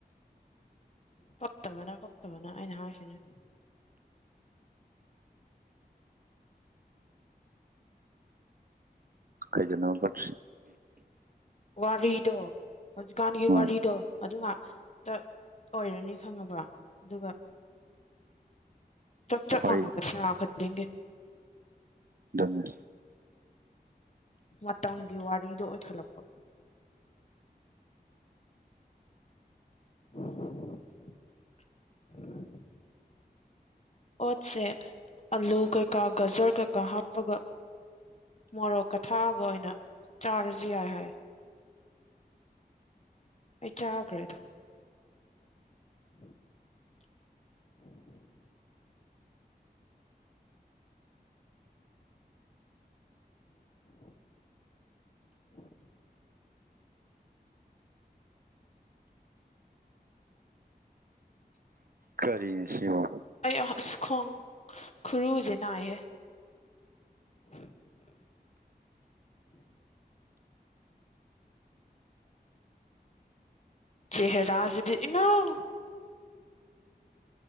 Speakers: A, on the left (about 45°); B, on the right (about 65°).
A: ꯄꯛꯇꯕꯅ ꯄꯛꯇꯕꯅ ꯑꯩꯅ ꯍꯥꯏꯁꯤꯅꯤ
B: ꯀꯩꯗꯅꯣ ꯄꯛꯇꯔꯤ
A: ꯋꯥꯔꯤꯗꯣ ꯍꯧꯖꯤꯛꯀꯥꯟꯒꯤ
B: ꯎꯝ
A: ꯋꯥꯔꯤꯗꯣ ꯑꯗꯨ ꯉꯥꯛ ꯇ ꯑꯣꯏꯔꯅꯤ ꯈꯪꯉꯕ ꯑꯗꯨꯒ ꯆꯞ ꯆꯞ
B: ꯍꯣꯏ
A: ꯁꯦꯟꯃꯥ ꯈꯨꯗꯤꯡꯒꯤ
B: ꯗꯨꯨꯅꯦ
A: ꯃꯇꯝꯒꯤ ꯋꯥꯔꯤꯗꯣ ꯑꯣꯏꯈꯠꯂꯛꯄ <unintelligible> ꯑꯣꯠꯁꯦ ꯑꯂꯨ ꯀꯩꯀꯥ ꯒꯖꯔ ꯀꯩꯀꯥ ꯍꯥꯞꯄꯒ ꯃꯣꯔꯣꯛꯀꯥ ꯊꯥꯛꯑꯒ ꯑꯣꯏꯅ ꯆꯥꯔꯖꯨ ꯌꯥꯏ ꯍꯥꯏ꯫ ꯑꯩ ꯆꯥꯒꯔꯦ ꯑꯗꯣ ꯎ ꯎ ꯎ
B: ꯀꯔꯤ ꯁꯤꯃ
A: ꯑꯩꯁ ꯈꯣꯡ ꯈꯨꯔꯨꯁꯦ ꯅꯥꯏꯍꯦ <unintelligible> ꯆꯦꯍꯔꯥꯖꯗꯤ ꯏꯃꯎ